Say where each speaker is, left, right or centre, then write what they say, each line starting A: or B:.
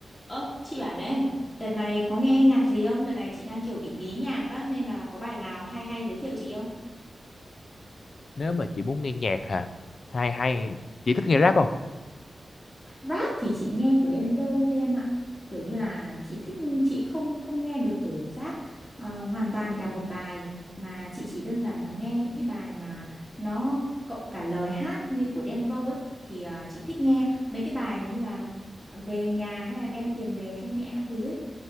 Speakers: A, on the left; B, on the left.
A: Ơ, chị bảo này, đợt này có nghe nhạc gì không? Đợt này chị đang kiểu bị bí nhạc á, nên là có bài nào hay hay giới thiệu chị không?
B: nếu mà chị muốn nghe nhạc hả hay hay chị thích nghe rap không
A: Rap thì chị nghe của Đen Vâu thôi em ạ. Kiểu như là chị thích chị không không nghe được kiểu rap ờ, hoàn toàn cả một bài mà chị chỉ đơn giản là nghe những cái bài mà nó cộng cả lời hát như của Đen Vâu ấy thì ờ, chị thích nghe mấy cái bài như là về nhà hay là đem tiền về cho mẹ các thứ ấy